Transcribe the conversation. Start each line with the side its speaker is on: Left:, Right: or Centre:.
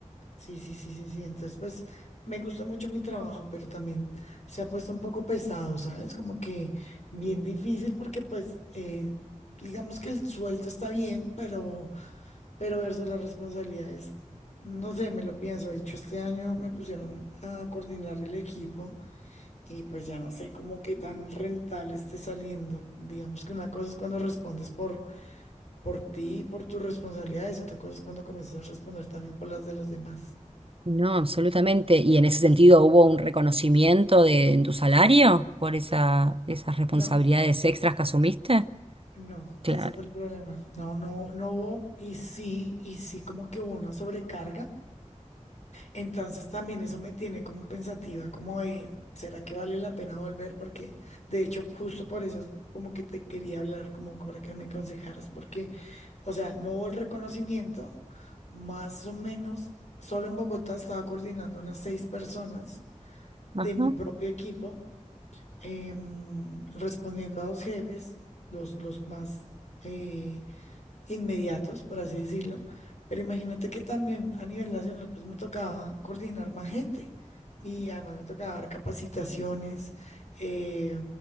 Left: Sí, sí, sí, sí, sí. Entonces, pues me gusta mucho mi trabajo, pero también se ha puesto un poco pesado, ¿sabes? Como que bien difícil porque pues... eh, Digamos que el sueldo está bien, pero, pero versus las responsabilidades, no sé, me lo pienso. De hecho, este año me pusieron a coordinar el equipo y pues ya no sé cómo qué tan rentable esté saliendo. Digamos que una cosa es cuando respondes por, por ti, y por tus responsabilidades, y otra cosa es cuando comienzas a responder también por las de los demás.
Right: No, absolutamente. ¿Y en ese sentido hubo un reconocimiento de, en tu salario por esa, esas responsabilidades
Left: No,
Right: extras que asumiste?
Left: no,
Right: Claro.
Left: ese fue el problema. No, no, no hubo, y sí, y sí, como que hubo una sobrecarga. Entonces también eso me tiene como pensativa, como de, ¿será que vale la pena volver? Porque de hecho justo por eso como que te quería hablar, como para que me aconsejaras, porque, o sea, no hubo el reconocimiento, más o menos, solo en Bogotá estaba coordinando unas seis personas de
Right: Ajá.
Left: mi propio equipo, em, respondiendo a dos jefes, los, los más... eh, inmediatos, por así decirlo, pero imagínate que también a nivel nacional pues me tocaba coordinar más gente y además me tocaba dar capacitaciones eh,